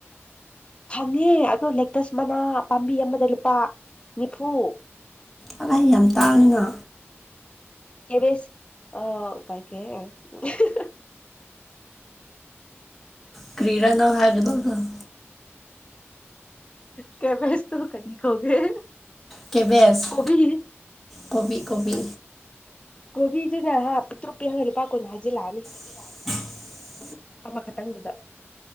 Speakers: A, on the left; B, in the centre.
A: ꯐꯪꯉꯦ ꯑꯗꯣ ꯂꯦꯛꯇꯁ ꯃꯅꯥ ꯄꯥꯝꯕꯤ ꯑꯃꯗ ꯂꯨꯄꯥ ꯅꯤꯐꯨ
B: ꯑꯂꯍ ꯌꯥꯝ ꯇꯥꯡꯉꯤꯅ
A: ꯀ‌ꯦꯕꯁ ꯑ ꯀꯥꯏꯀꯦ <unintelligible>
B: ꯀꯔꯤꯔꯥ ꯅꯪ ꯍꯥꯏꯒ‌ꯦ ꯇꯧꯕꯗ‌ꫭ
A: ꯀ‌ꯦꯕꯁꯇꫭ ꯀꯔꯤ ꯀꯧꯒꯦ
B: ꯀꯦꯕꯦꯁ
A: ꯀꯣꯕꯤ
B: ꯀꯣꯕꯤ ꯀꯣꯕꯤ
A: ꯀꯣꯕꯤꯗꯨꯅ ꯍꯥ ꯄꯤꯛꯇꯔꯨ ꯄꯤꯛꯑꯒ ꯂꯨꯄꯥ ꯀꯨꯟ ꯍꯥꯏꯖꯤꯜꯂꯛꯑꯅꯤ
B: <unintelligible>
A: ꯑꯃꯈꯛꯇꯪꯗꯨꯗ